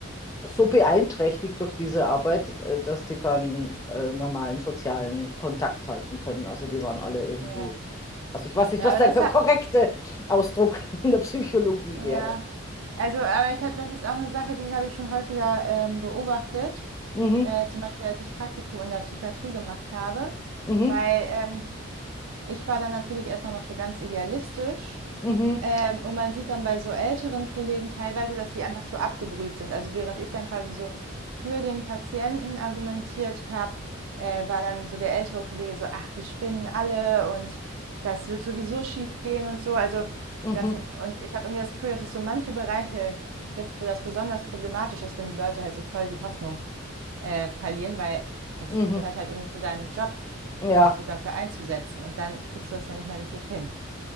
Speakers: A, on the left (about 15°); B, on the right (about 70°).
A: so beeinträchtigt durch diese Arbeit, äh, dass die keinen äh, normalen sozialen Kontakt halten können. Also die waren alle irgendwie,
B: ja.
A: also ich weiß nicht,
B: Ja,
A: was
B: aber
A: der
B: das
A: korrekte
B: hat.
A: Ausdruck in der Psychologie
B: Ja.
A: wäre.
B: Also, aber ich hab, das ist auch eine Sache, die habe ich schon häufiger ähm, beobachtet.
A: Mhm,
B: Äh, zum Beispiel, als ich Praktikum in der Psychiatrie gemacht habe.
A: mhm,
B: Weil ähm, ich war dann natürlich erstmal noch so ganz idealistisch.
A: mhm,
B: Ähm, und man sieht dann bei so älteren Kollegen teilweise, dass die einfach so abgebrüht sind. Also während ich dann quasi so für den Patienten argumentiert habe, äh, war dann so der ältere Kollege so, ach, die spinnen alle und das wird sowieso schief gehen und so. Also
A: mhm,
B: das, und ich habe irgendwie das Gefühl, dass es so manche Bereiche gibt, wo das besonders problematisch ist, wenn die Leute halt so voll die Hoffnung äh, verlieren, weil das
A: mhm.
B: gehört halt irgendwie zu deinem Job,
A: Ja,
B: sich so dafür einzusetzen. Und dann kriegst du das ja nicht mehr richtig hin.